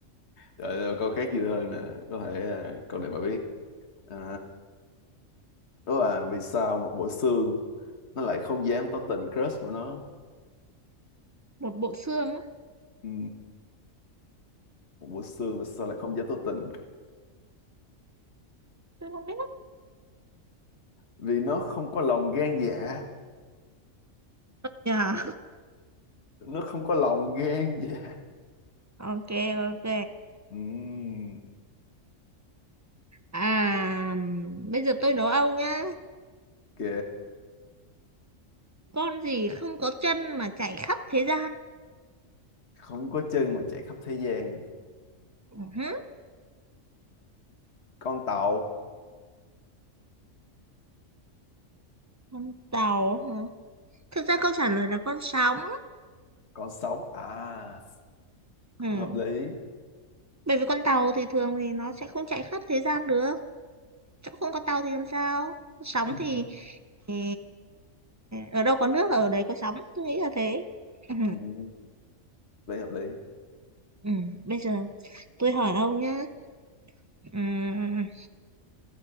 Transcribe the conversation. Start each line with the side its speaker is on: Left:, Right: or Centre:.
Left: rồi, rồi câu khác vui hơn nè, có thể à, câu này bà biết. À, đó là vì sao một bộ xương nó lại không dám tỏ tình crush của nó?
Right: một bộ xương á
Left: Ừ, một bộ xương tại sao lại không dám tỏ tình
Right: tôi không biết
Left: vì nó không có lòng gan dạ
Right: Dạ.
Left: nó không có lòng gan dạ
Right: ok ok
Left: Ừm,
Right: à bây giờ tôi nấu ông nhá
Left: ok
Right: con gì không có chân mà chạy khắp thế gian
Left: không có chân mà chạy khắp thế gian
Right: Ừ hứ,
Left: con tàu
Right: con tàu hả thực ra câu trả lời là con sóng
Left: con sóng à cũng
Right: ừ.
Left: hợp lý
Right: bởi vì con tàu thì thường thì nó sẽ không chạy khắp thế gian được chỗ không có tàu thì làm sao sóng
Left: Ừm,
Right: thì thì, ở đâu có nước là ở đấy có sóng tôi nghĩ là thế ừ.
Left: ừm, lý hợp lý
Right: Ừ. bây giờ tôi hỏi ông nhá ừ.